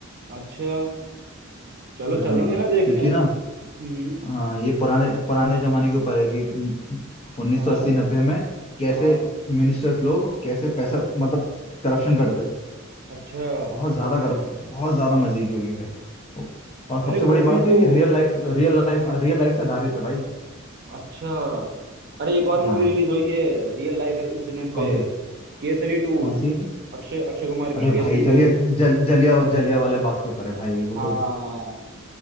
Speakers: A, on the right; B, on the left.
A: अच्छा चलो
B: हाँ
A: चलेंगे ना देखने
B: क्योंकि ना
A: हम्म
B: हाँ ये पुराने पुराने जमाने के ऊपर है कि उन्नीस
A: हाँ
B: सौ अस्सी नब्बे में कैसे
A: हाँ
B: मिनिस्टर्स लोग कैसे पैसा मतलब करप्शन करते थे
A: अच्छा
B: बहुत ज्यादा करप्शन बहुत ज्यादा मजे की होगी भाई और सबसे
A: अरे
B: बड़ी
A: वो
B: बात
A: भी
B: है
A: तो
B: कि रियल लाइफ रियल लाइफ
A: हाँ
B: रियल लाइफ पे आधारित है भाई
A: अच्छा अरे एक और मूवी
B: हाँ
A: रिलीज हुई है रियल लाइफ इंसिडेंट पे
B: कौन सी
A: केसरी टू
B: कौन सी
A: अक्षय अक्षय कुमार की
B: अरे
A: केसरी
B: भाई
A: टू
B: जलिया जल, जलिया जलिया वाले बाग के ऊपर है भाई वो
A: हाँ
B: तो